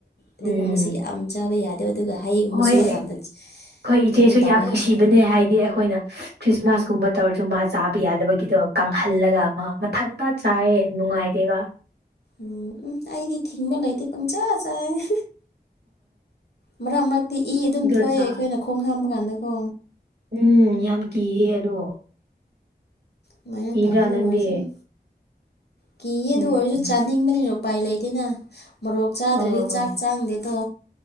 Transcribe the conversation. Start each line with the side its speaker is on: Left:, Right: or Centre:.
Left: ꯑꯗꯨꯒꯨꯝꯕꯁꯤ
Right: ꯎꯝ
Left: ꯌꯥꯝ ꯆꯥꯕ ꯌꯥꯗꯦꯕ ꯑꯗꯨꯒ ꯍꯩꯒꯨꯝꯕꯁꯨ
Right: ꯍꯣꯏ ꯑꯩꯈꯣꯏ
Left: ꯌꯥꯝꯅ
Right: ꯏꯆꯦꯁꯨ
Left: ꯀꯩꯅꯣ ꯇꯧꯋꯦ
Right: ꯌꯥꯝ ꯅꯨꯡꯁꯤꯕꯅꯦ
Left: ꯍꯥꯏ
Right: ꯍꯥꯏꯗꯤ ꯑꯩꯈꯣꯏꯅ ꯈ꯭ꯔꯤꯁꯃꯥꯁ ꯀꯨꯝꯕ ꯇꯧꯔꯁꯨ ꯃꯥ ꯆꯥꯕ ꯌꯥꯗꯕꯒꯤꯗꯣ ꯀꯪꯍꯜꯂꯒ ꯑꯃ ꯃꯊꯟꯇ ꯆꯥꯏꯌꯦ ꯅꯨꯡꯉꯥꯏꯗꯦꯕ
Left: ꯎꯝ ꯎꯝ ꯑꯩꯗꯤ ꯊꯤꯡꯕ ꯂꯩꯇꯦ ꯄꯪꯆꯥꯥ ꯆꯥꯏꯌꯦ ꯃꯔꯛ ꯃꯔꯛꯇꯤ ꯏ ꯑꯗꯨꯝ
Right: ꯑꯗꯨ
Left: ꯊꯣꯛꯑꯦ
Right: ꯆꯥꯏ
Left: ꯑꯩꯈꯣꯏꯅ ꯈꯣꯡ ꯍꯥꯝꯕ ꯀꯥꯟꯗꯀꯣ
Right: ꯎꯝ ꯌꯥꯝ ꯀꯤꯌꯦ ꯑꯗꯣ
Left: ꯨꯃꯥꯏꯅ
Right: ꯀꯤꯗ꯭ꯔꯥ
Left: ꯇꯉꯥꯏꯗꯔꯁ
Right: ꯅꯪꯗꯤ
Left: <unintelligible> ꯀꯤꯌꯦ
Right: ꯎꯝ
Left: ꯑꯗꯨ ꯑꯣꯏꯔꯁꯨ ꯆꯥꯅꯤꯡꯕꯅꯤꯅ ꯎꯄꯥꯏ ꯂꯩꯇꯦꯅ ꯃꯣꯔꯣꯛ ꯆꯥꯗ꯭ꯔꯗꯤ
Right: ꯑꯣ
Left: ꯆꯥꯛ
Right: ꯑꯣ
Left: ꯆꯥꯡꯗꯦ ꯇꯣ